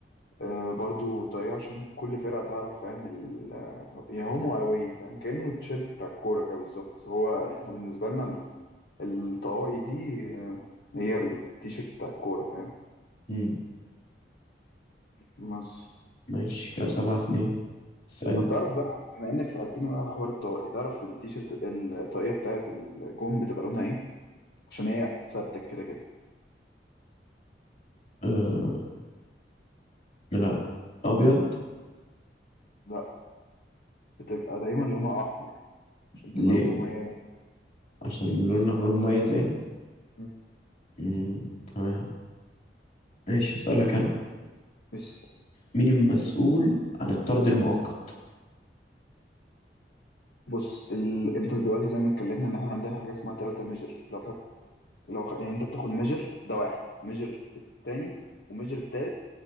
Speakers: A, on the left; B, on the left.
A: آه، برضو طاقية عشان كل فرقة تعرف فاهم ال- آه، يا هومو أوي فاهم كأنه التيشيرت بتاع الكورة كده بالظبط هو احنا بالنسبة لنا ال- الطواقي دي آه، هي التيشيرت بتاع الكورة فاهم
B: مم.
A: بس
B: ماشي كده سبعة اتنين اسأل
A: طب تعرف بقى بما إنك سألتني بقى على حوار الطواقي تعرف التيشيرت الطاقية بتاعت الجون بتبقى لونها إيه؟ عشان هي ثابتة كده كده
B: أه لا أبيض
A: لا بتبقى دايما لونها احمر عشان
B: ليه
A: تبقى مميزه
B: عشان اللون الأحمر مميز يعني
A: مم.
B: مم. تمام ماشي اسألك أنا
A: بس
B: مين المسؤول عن الطرد المؤقت
A: بص ال... انت دلوقتي زي ما اتكلمنا ان احنا عندنا حاجه اسمها تلاتة ميجر لو خد... لو خ... يعني انت بتاخد ميجر ده واحد ميجر التاني وميجر التالت